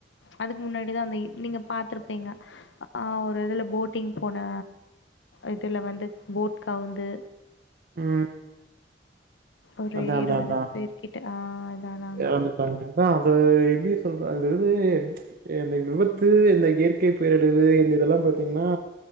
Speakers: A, on the left; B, on the right.
A: அதுக்கு முன்னாடிதா அந்த நீங்க பாத்திருப்பீங்க அ ஒரு இதுல போட்டிங் போன இதுல வந்து போட் கவுந்து
B: ம்
A: ஒரு
B: அதாதாதா
A: பேர்கிட்ட ஆ இதானாங்க.
B: வந்துட்டாங்க அதா அது எப்டி சொல்ற தது இந்த விபத்து இந்த இயற்கை பேரழிவு இந்த இதெல்லா பாத்தீங்கன்னா